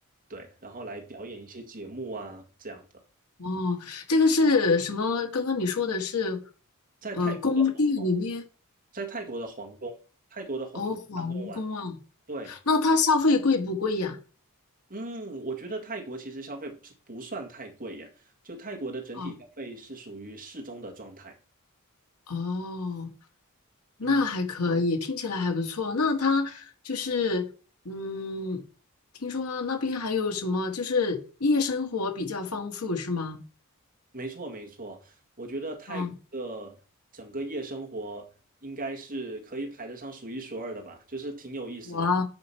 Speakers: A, on the right; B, on the left.
A: 对，然后来表演一些节目啊这样的。
B: 哦，这个是什么？刚刚你说的是，
A: 在泰国的皇，
B: 呃，宫殿里面
A: 在泰国的皇宫，泰国的皇宫刚刚完，
B: 哦，皇宫啊，
A: 对。
B: 那它消费贵不贵呀？
A: 嗯，我觉得泰国其实消费不是不算太贵耶，就泰国的整体消费是属于适中的状态。
B: 哦。哦，那还可以，
A: 嗯，
B: 听起来还不错。那他就是，嗯，听说那边还有什么，就是夜生活比较丰富，是吗？
A: 没错没错，我觉得泰国的整个夜生活应该是可以排得上数一数二的吧，
B: 嗯，
A: 就是挺有意思的。
B: 哇，